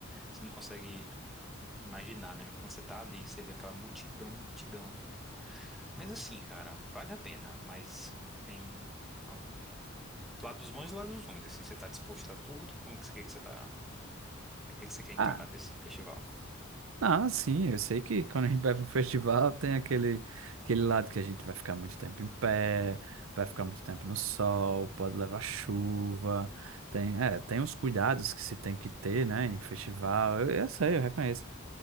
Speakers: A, in the centre; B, on the right.
A: você não consegue imaginar, né? Mas quando você tá ali, que você vê aquela multidão, multidão. Mas assim, cara, vale a pena, mas tem algum- lados bons e lados ruins, assim, você tá disposto a tudo? Como que você, que você tá, o que que você quer encarar
B: Ah,
A: desse festival?
B: não, sim, eu sei que quando a gente vai para um <laughs> festival tem aquele, aquele lado que a gente vai ficar muito tempo em pé, vai ficar muito tempo no sol, pode levar chuva, tem, é, tem os cuidados que se tem que ter, né, em festival, eu, eu sei, eu reconheço.